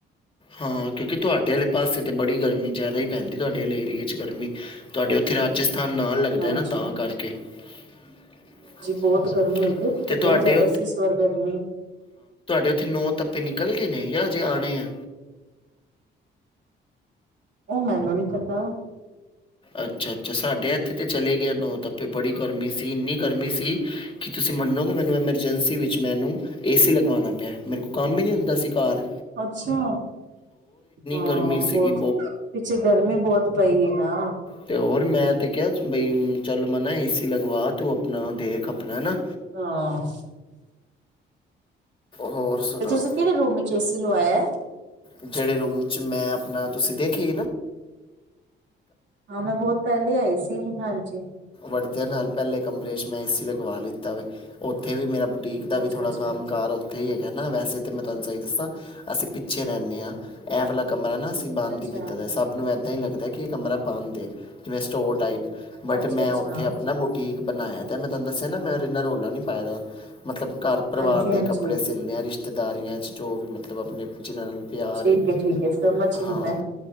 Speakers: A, on the left; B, on the right.
A: ਹਾਂ ਕਿਉਂਕਿ ਤੁਆਡੇ ਅਲੇ ਪਾਸੇ ਤੇ ਬੜੀ ਗਰਮੀ ਜ਼ਿਆਦਾ ਈ ਪੈਂਦੀ ਤੁਆਡੇ ਅਲੇ ਏਰੀਏ ਚ ਗਰਮੀ ਤੁਆਡੇ ਉੱਥੇ ਰਾਜਸ ਥਾਨ ਨਾਲ ਲੱਗਦਾ
B: ਹਾਂਜੀ
A: ਏਨਾ ਤਾਂ ਕਰਕੇ ਤੇ ਹਾਂਜੀ
B: ਬਹੁਤ
A: ਹਾਂਜੀ,
B: ਗਰਮੀ ਹੁੰਦੀ ਉੱਥੇ ਤਾਂ
A: ਤੇ ਤੁਹਾਡੇ
B: ਬਹੁਤ ਜ਼ਿਆਦਾ ਸੀ ਇਸ ਵਾਰ ਗਰਮੀ
A: ਉਥੇ ਨੋ ਤਪੈ ਨਿਕਲ ਗਏ ਨੇ ਯਾ ਜੇ ਆਣੇ ਆ
B: ਉਹ ਮੈਨੂੰ ਨੀ ਪਤਾ
A: ਅੱਛਾ ਅੱਛਾ ਸਾਡੇ ਇੱਥੇ ਤਾਂ ਚਲੇ ਗਏ ਨੌ ਤੱਪੇ ਬੜੀ ਗਰਮੀ ਸੀ ਇੰਨੀ ਗਰਮੀ ਸੀ ਕੀ ਤੁਸੀਂ ਮੱਨੋਗੇ ਮੈਨੂੰ ਐਮਰਜੈਂਸੀ ਵਿੱਚ ਮੈਨੂੰ ਏਸੀ ਲਗਵਾਨਾਂ ਪਿਆ ਮੇਰੇ ਕੋ ਕਾਮ ਈ ਨੀ ਹੁੰਦਾ ਸੀ ਘਾਰ
B: ਅੱਛਾ ਹਾਂ
A: ਗਰਮੀ ਸੀਗੀ
B: ਬਹੁਤ ਪਿੱਛੇ ਗਰਮੀ ਬਹੁਤ ਪਈ ਏ ਨਾ
A: ਤੇ ਹੋਰ ਮੈਂ ਤੇ ਕਿਆ ਬਈ ਚਲ ਮਨਾ ਏ ਸੀ ਲਗਵਾ ਤੂ ਆਪਣਾ ਦੇਖ ਆਪਣਾ ਨਾ
B: ਹਾਂ
A: ਹੋਰ ਸੁਨਾਓ
B: ਤੇ ਤੁਸੀਂ ਕਿਹੜੇ ਰੂਮ ਵਿੱਚ ਏਸੀ ਲਵਾਇਆ
A: ਜੇਡੇ ਰੂਮ ਚ ਮੈਂ ਅਪਣਾ ਤੁਸੀ ਦੇਖੀ ਏ ਨਾ
B: ਹਾਂ ਮੈਂ ਬਹੁਤ ਪਹਿਲੇ ਆਈ ਸੀ ਹਾਂਜੀ
A: <unintelligible> ਨਾਲ ਪਹਿਲੇ ਕਮਰੇ ਚ ਮੈਂ ਏ ਸੀ ਲਗਵਾ ਲਿੱਤਾ ਵ ਉੱਥੇ ਵੀ ਮੇਰਾ ਬੁਟੀਕ ਦਾ ਵੀ
B: ਅੱਛਾ
A: ਥੋੜਾ
B: ਅੱਛਾ
A: ਕੰਮ ਕਾਰ ਉੱਥੇ ਈ ਹੈਗਾ ਨਾ ਵੈਸੇ ਮੈਂ ਤੁਹਾਨੂੰ ਸਹੀ ਦੱਸਾਂ ਅਸੀਂ ਪਿੱਛੇ ਰਹਿੰਨੇ ਆ ਐ ਵਾਲਾ ਕਮਰਾ ਨਾ ਅਸੀ ਬੰਦ
B: ਅੱਛਾ
A: ਈ ਕੀਤਾ ਦ ਸਭ ਨੂੰ <unintelligible> <unintelligible> ਲੱਗਦਾ ਕਿ ਇਹ ਕਮਰਾ ਬੰਦ ਏ ਜਿਵੇਂ ਸਟੋਰ ਟਾਈਪ
B: ਅੱਛਾ
A: ਤੇ ਮੈਂ
B: ਅੱਛਾ
A: ਉੱਥੇ ਆਪਣਾ ਬੂਟੀਕ ਬਣਾਇਆ ਦ ਮੈਂ ਤਹਾਨੂੰ ਦੱਸਿਆ ਨਾ ਮੈਂ ਏਨਾ ਰੋਲਾ ਨੀ ਪਾਇਆ ਦਾ ਮਤਲਬ ਘਰ ਪਰਵਾਰ
B: ਹਾਂਜੀ ਹਾਂਜੀ
A: ਦੇ ਕੱਪੜੇ ਸਿਲਣੇ ਆ ਰਿਸ਼ ਰਿਸ਼ਤੇਦਾਰੀਆਂ ਚ ਜੋ ਵੀ ਮਤਬ ਆਪਣੇ ਜਿਨ੍ਹਾਂ ਨਲ ਪਿਆਰ
B: ਠੀਕ
A: ਏ
B: ਹੈ ਠੀਕ ਹੈ ਸਮਝ
A: ਹਾਂ
B: ਗਈ ਮੈਂ